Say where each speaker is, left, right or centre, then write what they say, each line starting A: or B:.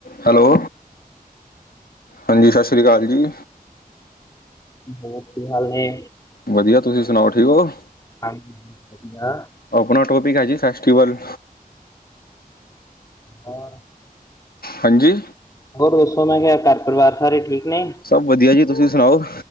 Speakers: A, on the left (about 80°); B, on the left (about 25°).
A: Hello ਹਾਂਜੀ, ਸਤਿ ਸ਼੍ਰੀ ਅਕਾਲ ਜੀ
B: ਹੋਰ ਕੀ ਹਾਲ ਨੇ?
A: ਵਧੀਆ ਤੁਸੀਂ ਸੁਣਾਓ ਠੀਕ ਹੋ
B: ਹਾਂਜੀ ਵਧੀਆ।
A: ਆਪਣਾ ਟੋਪਿਕ ਹੈ ਜੀ ਫੈਸਟੀਵਲ
B: ਹੋਰ
A: ਹਾਂਜੀ
B: ਹੋਰ ਦੱਸੋ ਮੈਂ ਕਿਹਾ ਘਰ ਪਰਿਵਾਰ ਸਾਰੇ ਠੀਕ ਨੇ?
A: ਸਭ ਵਧੀਆ ਜੀ ਤੁਸੀਂ ਸੁਣਾਓ?